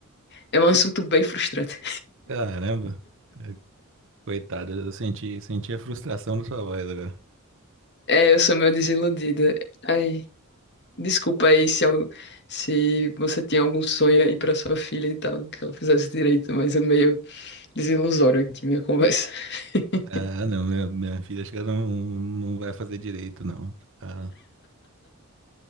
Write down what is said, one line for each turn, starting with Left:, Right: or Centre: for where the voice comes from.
Left: É um assunto bem frustrante.
Right: Caramba, É, coitada, eu senti, senti a frustração da sua voz agora.
Left: É, eu sou meio desiludida. Ai, desculpa aí se, eu- se você tinha algum sonho aí pra sua filha e tal, que ela fizesse direito, mas é meio desilusório aqui minha conversa. <laughs>
Right: Ah, não, minha, minha filha acho que ela não, não vai fazer direito, não. Ah,